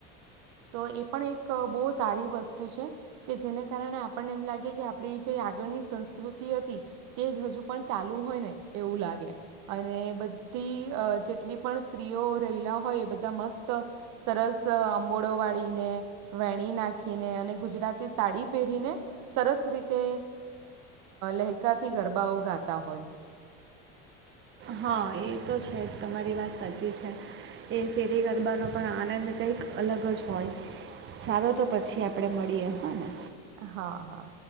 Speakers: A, on the right (about 60°); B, on the right (about 35°).
A: તો એ પણ એક બહુ સારી વસ્તુ છે કે જેને કારણે આપણને એમ લાગે કે આપડી જે આગળની સંસ્કૃતિ હતી તે જ હજુ પણ ચાલુ હોય ને એવું લાગે અને બધી જેટલી પણ સ્ત્રીઓ રહેલા હોય મસ્ત સરસ આંબોળો વાળીને વેણી નાખીને અને ગુજરાતી સાડી પહેરીને સરસ રીતે લહેકાથી ગરબાઓ ગાતા હોય.
B: હા એ તો છે જ તમારી વાત સાચી છે એ શેરી ગરબાનો પણ આનંદ કંઈક અલગ જ હોય સારો તો પછી આપણે મળીએ હા ને.
A: હા હા.